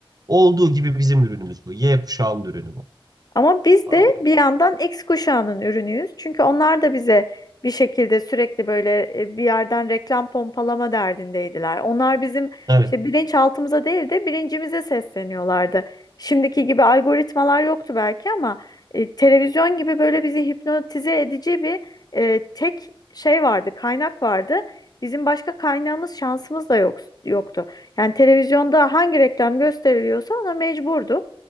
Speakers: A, on the right (about 40°); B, on the left (about 40°).
A: Olduğu gibi bizim ürünümüz bu. Y kuşağının ürünü bu.
B: Ama biz
A: Aldım.
B: de bir yandan X kuşağının ürünüyüz. Çünkü onlar da bize bir şekilde sürekli böyle e, bir yerden reklam pompalama derdindeydiler. Onlar bizim
A: Evet.
B: işte bilinçaltımıza değil de bilincimize sesleniyorlardı. Şimdiki gibi algoritmalar yoktu belki ama e, televizyon gibi böyle bizi hipnotize edici bir e, tek şey vardı, kaynak vardı. Bizim başka kaynağımız, şansımız da yok, yoktu. Yani televizyonda hangi reklam gösteriliyorsa ona mecburduk.